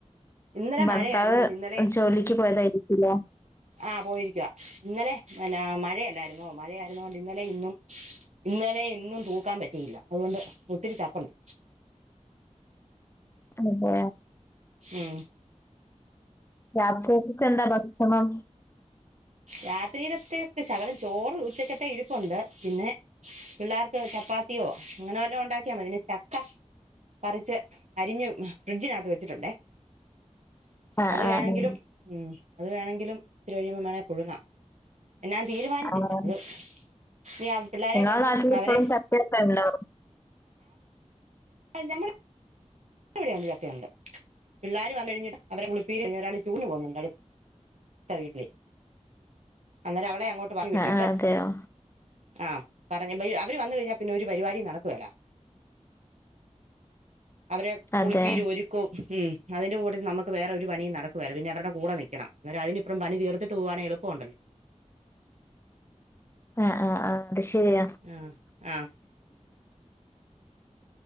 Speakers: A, on the right (about 65°); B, on the left (about 20°).
A: ഇന്നലെ
B: ഭർത്താവ്
A: മഴയായിരുന്നോണ്ട് ഇന്നലേം
B: ജോലിക്ക് പോയതായിരിക്കുല്ലേ
A: ആഹ് പോയിരിക്കുവാ ഇന്നലെ പിന്ന മഴയല്ലായിരുന്നോ മഴയായിരുന്നോണ്ടിന്നലേം ഇന്നും ഇന്നലെ ഇന്നും തൂക്കാൻ പറ്റിയില്ല അതുകൊണ്ട് ഒത്തിരി ചപ്പുണ്ട്
B: അതേ
A: ഉം
B: രാത്രിയേക്കെന്താ ഭക്ഷണം
A: രാത്രിയിലത്തേക്ക് ശകലം ചോറ് ഉച്ചക്കത്തെ ഇരിപ്പുണ്ട് പിന്നെ പിള്ളാർക്ക് ചപ്പാത്തിയോ അങ്ങനെ വല്ലോം ഉണ്ടാക്കിയാൽ മതി പിന്നെ ചക്ക പറിച്ച് അരിഞ്ഞ് ഫ്രിഡ്ജിനകത്ത് വെച്ചിട്ടുണ്ടേ
B: ആഹ്
A: അത് വേണെങ്കിലും
B: ആഹ്
A: ഉം അത് വേണെങ്കിലും ഇത്തിരികഴിയുമ്പം വേണേ പുഴുങ്ങാം ഞാൻ തീരുമാനിച്ചില്ല
B: ആഹ്
A: അത് നീ ആഹ് പിള്ളേരെ
B: നിങ്ങളെ
A: വന്ന്
B: നാട്ടിലിപ്പഴും
A: അവരെ
B: ചക്കയൊക്കെ ഉണ്ടോ
A: <unintelligible> ക്കിവിടെയുണ്ട് ചക്കയൊണ്ട് പിള്ളാര് വന്നഴിഞ്ഞിട് അവരെ കുളിപ്പീര് ഒരാള് ടൂറിന് പോകുന്നുണ്ട് <unintelligible> അന്നേരം അവളെ അങ്ങോട്ട് പറഞ് വിട്ടിട്ട്
B: ആഹ് ആഹ് അതെയോ
A: ആഹ് പറഞ്ഞ അവര് വന്ന കഴിഞ്ഞാ പിന്നെ ഒരു പരിപാടീം നടക്കുവേല അവരെ
B: അതെ
A: കുളിപ്പീരു ഒരു ക്കവും <unintelligible> അതിന്റെ കൂട നമ്മക്ക് വേറൊരു പണീം നടക്കുവേല പിന്നെ അവരുടെ കൂടെ നിക്കണം അന്നേരം അതിന് അത്രയും പണി തീർത്തിട്ട് പോവാണെ എളുപ്പോണ്ടല്ലോ
B: ആഹ് ആഹ് ആഹ് അത് ശരിയാ
A: ആഹ് ആഹ്